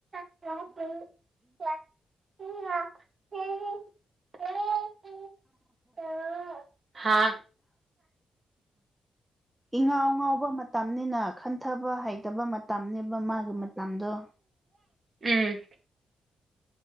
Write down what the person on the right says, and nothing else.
<unintelligible> ꯍꯥꯥ
ꯎꯝ